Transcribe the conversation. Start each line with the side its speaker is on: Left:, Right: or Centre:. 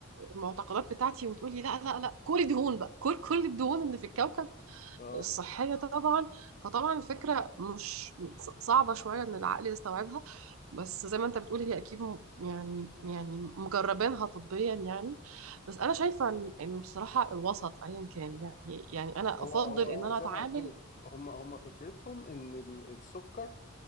Right: المعتقدات بتاعتي وتقولي لا لا لا كل دهون بقى كل كل الدهون اللي في الكوكب
Left: اه
Right: الصحية طبعا فطبعا الفكرة مش ص- صعبة شوية ان العقل يستوعبها بس زي ما انت بتقول هي اكيد م- يعني يعني مجربينها طبيا يعني بس انا شايفة ان إن بصراحة الوسط ايا كان يعني يعني انا
Left: هو
Right: افضل
Left: هو هو
Right: ان انا
Left: زي
Right: اتعامل
Left: ما قلت لك هم هم فكرتهم ان ال- السكر